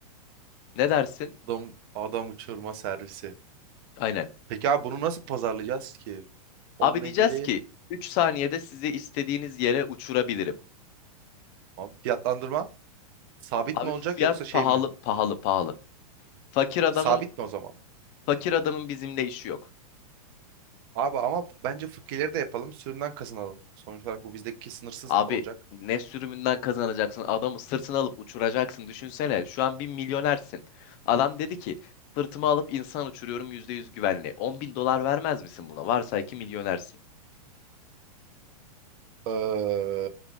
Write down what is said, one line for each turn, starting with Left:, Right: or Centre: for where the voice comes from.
Left: Ne dersin?
Right: Adam adam uçurma servisi.
Left: Aynen.
Right: Peki abi bunu nasıl pazarlayacağız ki? Onunla
Left: Abi diyeceğiz
Right: ilgili
Left: ki 3 saniyede sizi istediğiniz yere uçurabilirim.
Right: abi fiyatlandırma sabit
Left: Abi
Right: mi olacak
Left: fiyat
Right: yoksa şey
Left: pahalı
Right: mi?
Left: pahalı pahalı. Fakir adamın
Right: Sabit mi o zaman?
Left: fakir adamın bizimle işi yok.
Right: Abi ama f- bence fıkkileri de yapalım. Sürümden kazanalım. Sonuç olarak bu bizdeki sınırsız
Left: Abi
Right: olacak.
Left: ne sürümünden kazanacaksın? Adamı sırtına alıp uçuracaksın. Düşünsene şu an bir milyonersin. Adam dedi ki sırtıma alıp insan uçuruyorum %100 güvenli. 10 bin dolar vermez misin buna? Varsay ki milyonersin.
Right: Ee,